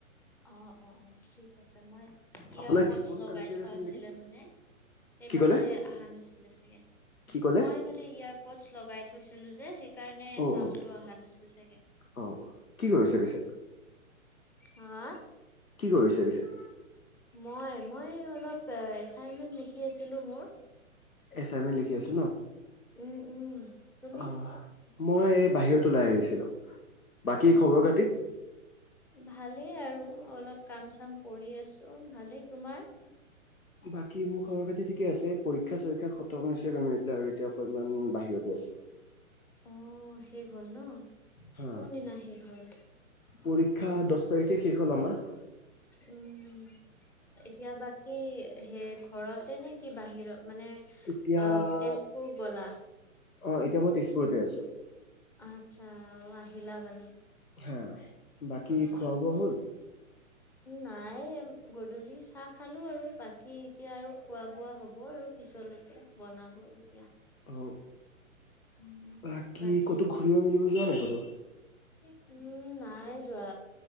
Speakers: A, in the centre; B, on the left.
A: অ অ অ ঠিক আছে, মই ইয়াৰপড্ছ
B: আপোনাৰ হেডফোন
A: লগাই
B: কানেক্টেড
A: থোৱা
B: আছিল
A: আছিলে
B: নেকি?
A: মানে সেইবাবে
B: কি ক'লে?
A: আহা নাছি <unintelligible>
B: কি ক'লে?
A: মই মানে ইয়াৰ পড্চ লগাই থৈছিলো যে সেইকাৰণে
B: অ'
A: চাউণ্ডটো
B: অ'
A: অহা নাছিল চাগে।
B: অ' কি কৰিছে পিছে?
A: হা?
B: কি কৰিছে পিছে।
A: মই মই অলপ এচাইনমেণ্ট লিখি আছিলোঁ। মোৰ
B: এচাইমেন্ত লিখি আছা ন?
A: উম উম তুমি।
B: অহ মই এই বাহিৰত ওলাই আহিছিলো। বাকী
A: অ
B: খবৰ কাটি?
A: ভালেই আৰু অলপ কাম চাম কৰি আছোঁ। ভালেই তোমাৰ?
B: বাকী মোৰ ঘৰৰ খেতি ঠিকে আছে। পৰীক্ষা চৰীক্ষা খতম হৈছে গমি <unintelligible> পেলাই আৰু এতিয়া অকনমান বাহিৰতে আছে
A: অহ শেষ হ'ল ন
B: হা
A: কোন দিনা শেষ হ'ল?
B: পৰীক্ষা দহ তাৰিখে শেষ হ'ল আমাৰ।
A: উম এতিয়া বাকী। সেই ঘৰতে নে কি বাহিৰত? মানে
B: এতিয়া
A: অ তেজপুৰ গলা।
B: অ এতিয়া মই তেজপুৰতে আছো
A: আচ্ছা আহ আহিলা মানে।
B: হা বাকী
A: অ',
B: খোৱা বোৱা হল।
A: নাই গধূলি চাহ খালো আৰু বাকী এতিয়া আৰু খোৱা বোৱা হব আৰু পিছলৈকে বনাব তেতিয়া
B: হয়।
A: উম,
B: ব কি
A: বাকী
B: কতো ঘূৰিব মেলিব যোৱা নাই কতো
A: উম নাই যোৱা